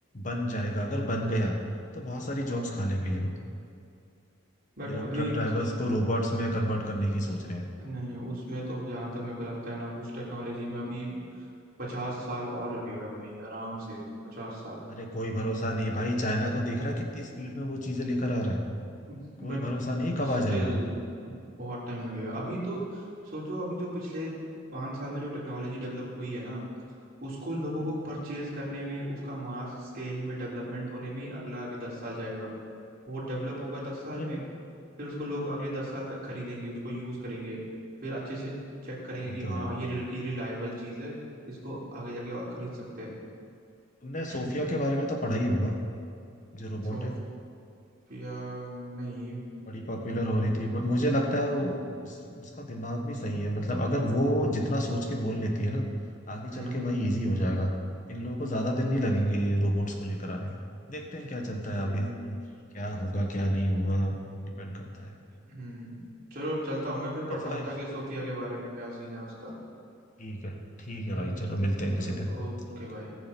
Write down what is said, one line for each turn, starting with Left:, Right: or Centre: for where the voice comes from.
Left: बन जाएगा अगर बन गया तो बहुत सारी जॉब्स खा लेंगे ये लोग
Right: बट
Left: ये लोग
Right: अभी
Left: ट्रक ड्राइवर्स
Right: ज-
Left: को रोबोट्स में कन्वर्ट करने की सोच रहे हैं
Right: नहीं उसमें तो जहाँ तक मेरे को लगता है ना उस टेक्नोलॉजी में अभी पचास साल और लगेगा भाई आराम से पचास साल
Left: अरे कोई भरोसा नहीं है भाई चाइना को दिख रहा है कितनी स्पीड में वो चीजें लेकर आ रहा है
Right: बट
Left: कोई भरोसा नहीं है कब
Right: स्टिल
Left: आ जाएगा
Right: बहुत टाइम लगेगा अभी तो सोचो अभी जो पिछले पाँच साल में जो टेक्नोलॉजी डेवलप हुई है ना उसको लोगों
Left: हम्म।
Right: को परचेज करने में उसका मास स्केल में डेवलपमेंट होने में ही अगला अभी दस साल जाएगा वो डेवलप होगा दस साल
Left: अरे
Right: में
Left: म-
Right: फिर उसको लोग अगले दस साल तक खरीदेंगे उसको यूज़ करेंगे फिर अच्छे से चेक करेंगे
Left: हाँ वो
Right: कि
Left: तो है
Right: हाँ ये रिल- ये रिलायबल चीज़ है इसको आगे जाके और खरीद सकते हैं
Left: तुमने
Right: <clears throat>
Left: सोफिया के बारे में तो पढ़ा ही होगा जो रोबोट
Right: सो
Left: है
Right: या नहीं
Left: बड़ी पॉपुलर हो रही थी पर मुझे लगता है वो- उस उसका दिमाग भी सही है मतलब अगर वो जितना सोच के बोल लेती है ना आगे चल
Right: हम्म
Left: के भाई इजी हो जाएगा इन लोगों को ज्यादा दिन नहीं लगेंगे ये रोबोट्स को लेकर आने देखते हैं क्या चलता
Right: हम्म
Left: है आगे क्या होगा क्या नहीं होगा डिपेंड करता है
Right: हम्म चलो चलता हूँ मैं फिर
Left: चलो
Right: पढ़ता
Left: भाई
Right: हूँ जाके सोफिया के बारे में क्या सीन है उसका
Left: ठीक है ठीक है
Right: हम्म
Left: भाई चलो मिलते
Right: चलो
Left: हैं किसी दिन
Right: ओके भाई